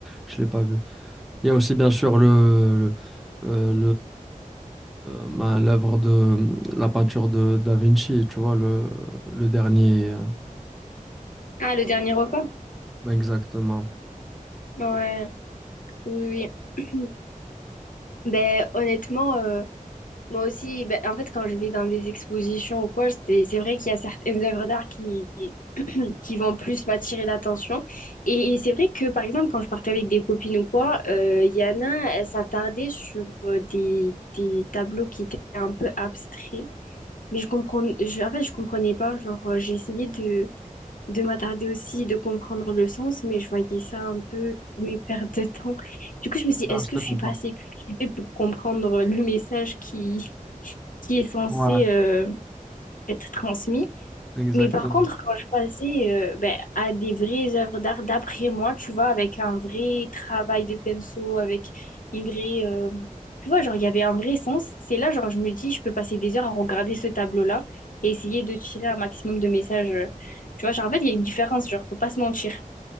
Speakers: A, in the centre; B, on the left.
A: je l'ai pas vu. Il y a aussi bien sûr le le euh, le ben, l'œuvre de la peinture de Da Vinci, tu vois le le dernier. euh,
B: Ah, le dernier repas?
A: ben, Exactement.
B: Ouais, oui, oui. <clears throat> Ben, honnêtement. euh, Moi aussi, ben, en fait, quand je vais dans des expositions ou quoi, c'est c'est vrai qu'il y a certaines œuvres d'art qui, <clears throat> qui vont plus m'attirer l'attention. Et, et c'est vrai que, par exemple, quand je partais avec des copines ou quoi, euh, Yana, elle s'attardait sur euh, des, des tableaux qui étaient un peu abstraits. Mais je comprenais, je- en fait, je comprenais pas. Genre, euh, j'ai essayé de, de m'attarder aussi, de comprendre le sens, mais je voyais ça un peu, mes pertes de temps. Du coup, je me suis dit,
A: Ah,
B: est-ce
A: je
B: que
A: te
B: je
A: comprends.
B: suis pas assez cultivée pour comprendre le message qui, qui est censé
A: Ouais.
B: euh, être transmis.
A: Exactement.
B: Mais par contre, quand je passais euh, ben, à des vraies œuvres d'art, d'après moi, tu vois, avec un vrai travail de pinceau, avec une vraie... euh, tu vois, genre, il y avait un vrai sens. C'est là, genre, je me dis, je peux passer des heures à regarder ce tableau-là et essayer de tirer un maximum de messages. euh. Tu vois, genre, en fait, il y a une différence, genre, faut pas se mentir.